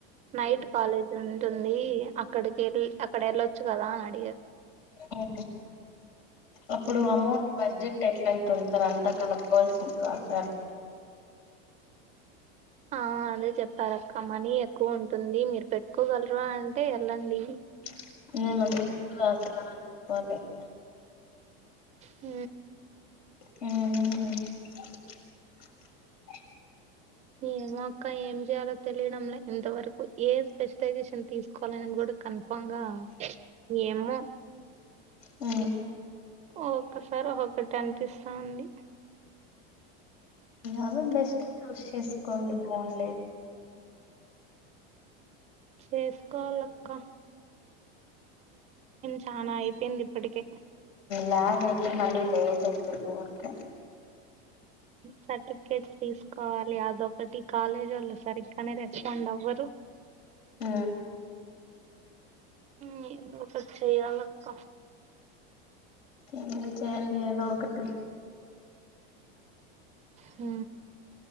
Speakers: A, on the right; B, on the left.
A: నైట్ కాలేజ్ ను ఉంటుంది అక్కడికి వెళ్ అక్కడ వెళ్ళొచ్చు కదా అన
B: అవు అప్పుడు అమౌంట్ బడ్జెట్ ఎట్లా అయితుంది సార్ అంతా కనుక్కోవాల్సింది కా సార్ <inaudible>
A: ఆ అదే చెప్పారక్క మనీ ఎక్కువ ఉంటుంది మీరు పెట్టుకోగలరు అంటే వెళ్ళండి
B: <unintelligible>
A: హ
B: ఆ
A: ఏమో అక్క ఏం చేయాలో తెలియడంలే ఇంతవరకు ఏ స్పెషలైజేషన్ తీసుకోవాలని కూడా అనుపంగా ఏమో
B: ఆ
A: ఒక్కోసారి ఒక్కోటి అనిపిస్తోంది
B: ఇద బెస్ట్ చూస్ చేసుకోండి బాగుండేది
A: చేసుకోలక్క చానా అయిపోయింది ఇప్పటికే
B: లాగ్ ఐతే మళ్ళీ లేట్ యితే ఊర్క
A: సర్టిఫికేట్స్ తీసుకోవాలి అదొకటి కాలేజ్ వల్ల సరిగానే రెస్పాండ్ అవ్వదు
B: హ
A: నేను ఒకసారి చెయ్యలక్క
B: ఎ చేడి ఏదోకటి
A: హ